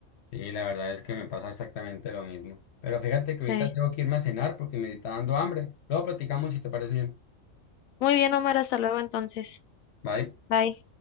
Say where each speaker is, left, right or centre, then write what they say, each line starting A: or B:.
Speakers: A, on the left; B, on the left.
A: Sí, la verdad es que me pasa exactamente lo mismo. Pero fíjate
B: Sí.
A: que ahorita tengo que irme a cenar porque me está dando hambre. Luego platicamos si te parece bien.
B: Muy bien, Omar, hasta luego entonces.
A: Bye.
B: Bye.